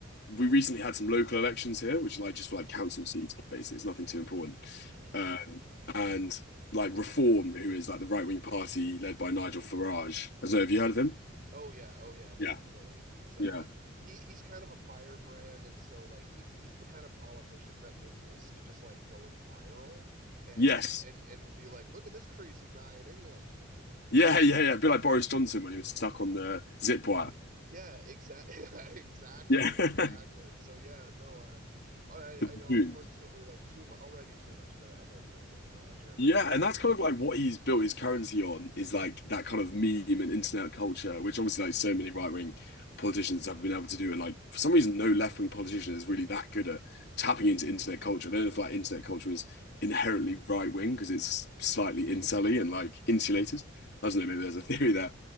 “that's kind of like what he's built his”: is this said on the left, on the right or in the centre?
Left